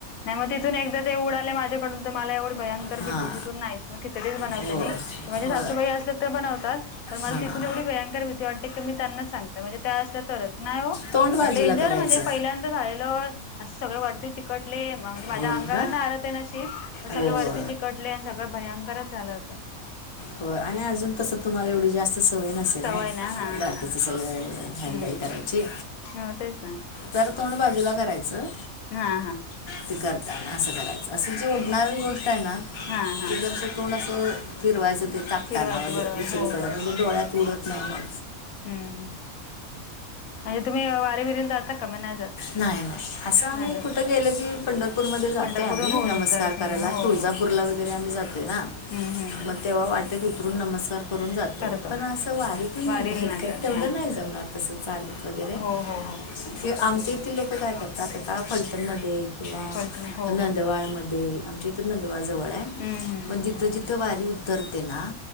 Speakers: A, on the left (about 75°); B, on the left (about 30°).
A: नाही मग तिथून एकदा ते उडाले माझ्याकडून, तर मला एवढी भयंकर
B: हां
A: भीती, तिथून नाहीच मग खिचडीच बनवते
B: हो
A: मी, म्हूणजे
B: हो
A: सासूबाई असले तर बनवतात, तर मला
B: हां
A: तिथून एवढी भयंकर भीती वाटत ते की मी त्यांनाच सांगते, म्हणजे त्या असल्या तरच, नाही हो
B: तोंड बाजूला
A: आणि डेंजर
B: करायचं
A: म्हणजे पहिल्यांदा झालेलं, असं सगळे वरती चिकटले, म्हणजे माझ्या
B: हो
A: अंगावर
B: का
A: नाय आलं ते नशीब, पण सगळे
B: हो
A: वरती चिकटले, आणि सगळं भयंकरच झालं होतं.
B: होय, आणि अजून तसं तुम्हाला एवढी जास्त सवय नसल
A: सवय
B: ना.
A: हा हा
B: सगळ हेंडल
A: हम्म
B: करायची,
A: हो तेच ना
B: जरा तोंड बाजूला करायचं
A: हा हा.
B: ते करताना असं करायचं, असं जे उडणारी गोष्ट आहे ना,
A: हा हा
B: ते जर तोंड असं फिरवायचं, ते टाकताना
A: फिरवायचं
B: वगैरे
A: बरोबर
B: दुसरीकडं,
A: हो हो
B: म्हणजे
A: हो
B: डोळ्यात उडत नाही मग.
A: हम्म. आणि तुम्ही वारी बिरीला जाता का मग नाही जात?
B: नाही नाही, असं आम्ही
A: नाही जात
B: कुठं गेलो की पंढरपूरमध्ये जातोय
A: पंढरपूर
B: आम्ही,
A: होऊन
B: नमस्कार
A: दर्शन
B: करायला,
A: घ हो
B: तुळजापूरला
A: हो हो
B: वगैरे आम्ही जातोय ना,
A: हम्म हम्म हम्म
B: मग तेव्हा वाटेत उतरून नमस्कार करून जातोय,
A: करतो
B: पण असं वारी तर
A: वारीला
B: ऐकत
A: नाही जात
B: तेवढं
A: हा
B: नाही जमणार तसं चालत वगैरे
A: हो हॊ हॊ.
B: की आमच्या इथे लोकं काय करतात, आता फलटण मध्ये किंवा,
A: पलटण हो
B: नंदवाळमध्ये
A: हो
B: इथून नंदवाळ जवळ आहे,
A: हम्म हम्म हम्म.
B: मग जिथं जिथं वारी उतरते ना,